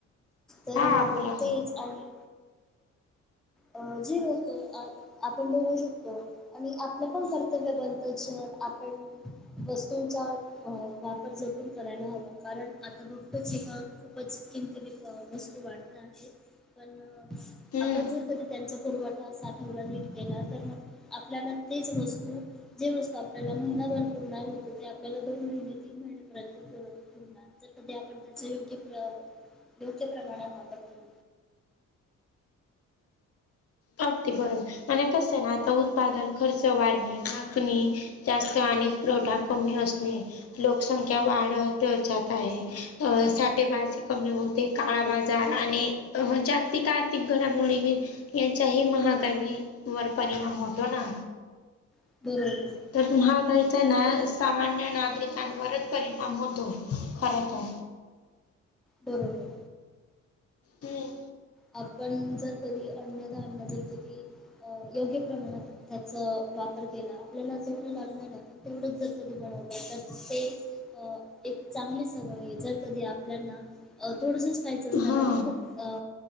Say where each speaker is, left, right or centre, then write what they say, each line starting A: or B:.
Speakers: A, in the centre; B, on the left.
A: तर
B: हा बोला ना
A: तेच आ्ही. अ जी ओक. आपण बघू शकतो आणि आपलं पण कर्तव्य ग्रंथज आपण वस्तूंचा वापर जपून करायला हवा कारण आता बघतच एका खूपच किमतीिमी वस्तू वाढत आहे पण
B: हम्म
A: आपण जर कधी त्यांचा पुरवठा साठवडा नीट केला तर मग आपल्याला तेच वस्तू. जे वस्तू आपल्याला महिनाभर पुरणार होतो ते आपल्याला दोन महिने तीन महिनेपर्यंतरणार. जर कधी आपण त्याचा योग्य प्र योग्य प्रमाणात वापर करू.
B: अगदी बरोबर आणि कस आहे ना आता उत्पादन खर्च वाढणे मागणी. जास्त आणि पुरवठा कमी असणे. लोकसंख्या वाढत जात आहे अ साठेबाजी कमी होत. ते काळा बाजार आणि अ जास्तिक आर्थिक घडामोडी यांच्याही महागाई वर परिणाम होतो ना.
A: बरोबर.
B: तर हा काहीचा आहे ना सामान्य नागरिकांवरच परिणाम होतो खर तर.
A: बन.
B: हम्.
A: आपण जर कधी अन्नधान्य जरस की योग्य प्रमाणात त्याचा वापर केला आपल्याला जेवढ लागणार. तेवढंच जर कधी बनवलं तर ते. अ एक चांगली सवय आहे जर कधी आपल्याना थोडस खयचं असणार
B: हा
A: आणि खूप